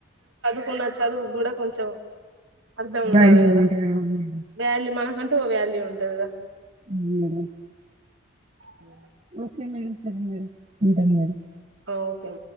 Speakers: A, on the right; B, on the right.
A: న్న చదువు కూడా కొంచెం అర్ధం ఉండాలి
B: బాగా
A: కదా
B: ఉంటది అవును మేడం
A: బ మనకంటే మనకంటూ వాల్యూ ఉంటది కదా
B: అ
A: ఉ
B: ఓకే మేడం సరే మేడం ఉంటాను మేడం
A: ఆ! ఓకే